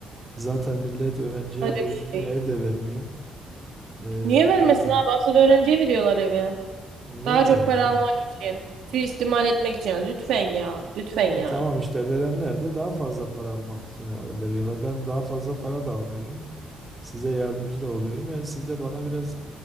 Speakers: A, on the right; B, on the right.
A: Zaten millet öğrenciye
B: Öyle bir
A: doğru düzgün
B: şey.
A: ev de vermiyor. E,
B: Niye vermesin
A: yani
B: abi? Asıl öğrenciye veriyorlar evi.
A: vermiyorlar.
B: Daha çok para almak için, suistimal etmek için. Lütfen ya, lütfen ya.
A: E, tamam işte verenler de daha fazla para almak için e, veriyorlar. Ben daha fazla para da almıyorum. Size yardımcı da oluyorum. Yani siz de bana biraz